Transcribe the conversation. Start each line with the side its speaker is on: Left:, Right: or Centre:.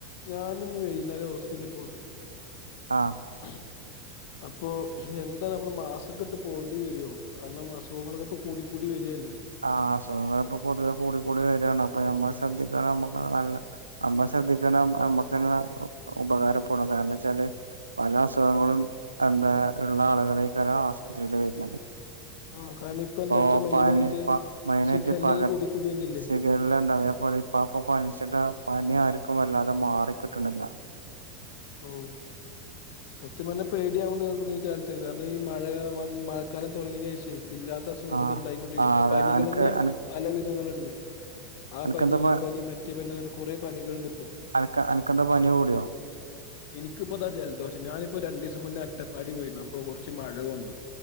Left: ഞാനൊന്ന് വൈകുന്നേരം ഹോസ്പിറ്റലിൽ പോണ്ട്
Right: ആഹ
Left: <inaudible> അപ്പൊ എന്താ നമ്മള് മാസക്കെ ഇട്ട് പോകേണ്ടി വരുവോ കാരണം അസുഖങ്ങളൊക്കെ ഇപ്പോ കൂടി കൂടി വരികല്ലേ
Right: ആ അസുഖങ്ങള് ഇപ്പൊ പൊതുവെ കൂടിക്കൂടി വരികാണ് അപ്പൊ ഞമ്മള് ശ്രദ്ധിക്ക നമ്മക്ക് നല്ല നമ്മ ശ്രദ്ധിക്കണം നമുക്ക് ന്നെ ഉപ ഉപകാരപ്പെടും കാരണം വെച്ചാല് പല അസുഖങ്ങളും എന്താ ഉള്ള ആളുകളേക്കല്ല ആശുപത്രിയില് വരുന്നത്
Left: ആ കാരണം ഇപ്പൊ എന്താ
Right: പോ
Left: വെച്ചാൽ മെയിൻ
Right: പ
Left: ആയിട്ട്
Right: <unintelligible> മൈനായിട്ട്
Left: ശിഖല്ലൊക്കെ
Right: പകര
Left: കൂടി കൂടി വന്നില്ലേ
Right: ശീഖരല ഉണ്ട് അതേപോലെ ഇപ്പപ്പൊ പനിച്ചിട്ട പനി ആരം മല്ലാതെ മാറിക്കിട്ടണില്ല
Left: ഓഹ് സത്യം പറഞ്ഞ പേടിയാവോണ്ട് ഈ കാലത്ത് കാരണം ഈ മഴ വന്ന മഴക്കാലം തുടങ്ങിയ ശേഷവേ ഇല്ലാത്ത അസുഖങ്ങളൊക്കെ
Right: ആഹ്
Left: ഉണ്ടായിോണ്ടിരിക്കും
Right: ആഹ്
Left: ഇപ്പൊ
Right: അതെ
Left: പനികളഞ്ഞെ
Right: അനക്ക് അന
Left: പല വിധങ്ങളുണ്ട് ആ
Right: അനക്കെന്താ
Left: പനി
Right: പ
Left: ഈ പനി മറ്റേ പനിന്ന് കുറെ പനികളുണ്ട് ഇപ്പോ
Right: അനക്ക് അനക്കെന്താ പനി കൂടിയോ
Left: എനിക്കിപ്പോതാ ജലദോഷം ഞാനിപ്പോ രണ്ടു ദിവസം മുന്നേ അറ്റപ്പാടി പോയിരുന്നു അപ്പൊ കുറച്ച് മഴ കൊണ്ടു